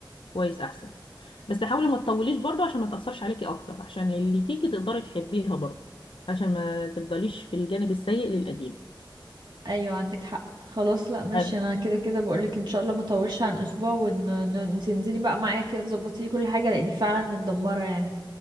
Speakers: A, on the left; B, on the right.
A: كويس احسن بس حاولي ما تطوليش برضه عشان ما تاثرش عليكي اكتر عشان اللي تيجي تقدري تحبيها برضه عشان ما تفضليش في الجانب السيء للقديم
B: ايوه عندك حق خلاص لا ماشي
A: أب...
B: انا كده كده بقولك ان شاء الله ما اطولش عن اسبوع وان إن- إن تنزلي بقى معايا كده تظبطي لي كل حاجه لاني فعلا متدمره يعني